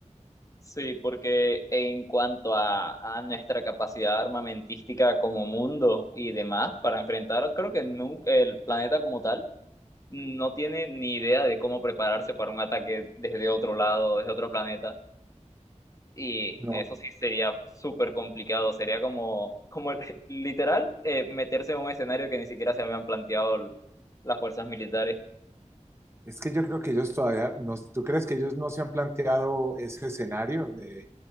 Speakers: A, on the left (about 25°); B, on the right (about 20°).
A: Sí, porque en cuanto a, a nuestra capacidad armamentística como mundo y demás para enfrentar, creo que nu- el planeta como tal, no tiene ni idea de cómo prepararse para un ataque desde otro lado, desde otro planeta. Y
B: No,
A: eso sí sería súper complicado, sería como, como <laughs> literal eh, meterse en un escenario que ni siquiera se habían planteado l- las fuerzas militares.
B: es que yo creo que ellos todavía, no, ¿tú crees que ellos no se han planteado ese escenario? Eh,